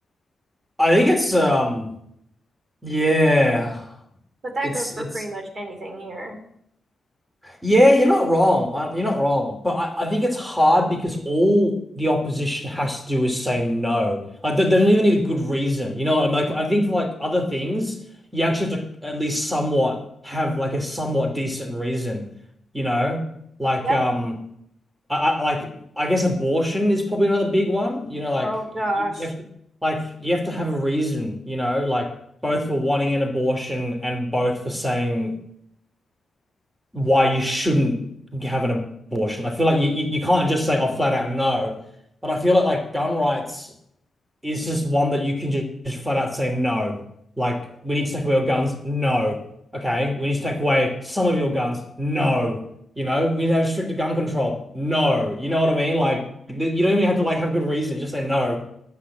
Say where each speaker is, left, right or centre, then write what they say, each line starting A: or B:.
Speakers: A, on the right; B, on the right.
A: I think it's um yeah.
B: But that
A: It's
B: goes for
A: it's
B: pretty much anything here.
A: yeah, you're not wrong. I, you're not wrong. But I, I think it's hard because all the opposition has to do is say no. Like they, they don't even need a good reason. You know what I'm like I think for like other things, you actually have to at least somewhat have like a somewhat decent reason, you know? Like
B: Yep.
A: um I, I like I guess abortion is probably another big one. You know, like
B: Oh
A: you,
B: gosh.
A: you have to like you have to have a reason, you know, like both for wanting an abortion and both for saying why you shouldn't have an abortion. I feel like you, you, you can't just say, oh, flat out no. But I feel like like gun rights is just one that you can ju- just, flat out say no. Like, we need to take away your guns. No. Okay. We need to take away some of your guns. No. You know, we need to have stricter gun control. No. You know what I mean? Like, you don't even have to like have a good reason. You just say no.